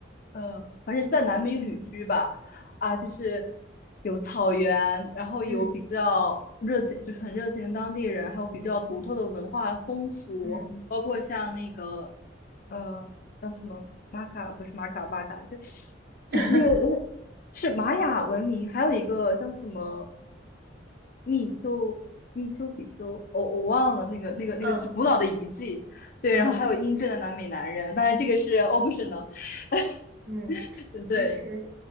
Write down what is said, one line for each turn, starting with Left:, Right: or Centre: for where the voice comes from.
Left: 呃，反正是在南美旅居吧，啊，就是有草原，然后有比较热情，
Right: 嗯
Left: 就是很热情的当地人，还有比较独特的文化风俗，
Right: 嗯嗯
Left: 包括像那个呃叫什么玛卡，不是玛卡巴卡，这是那个
Right: <laughs>
Left: 是玛雅文明，还有一个叫什么密丘密丘比丘，我、我忘了那个那个那个就是古老的遗迹，
Right: 嗯。
Left: 对，
Right: 嗯
Left: 然后还有英俊的南美男人，当然这个是 optional，<laughs>
Right: 嗯，
Left: 对对，
Right: 其实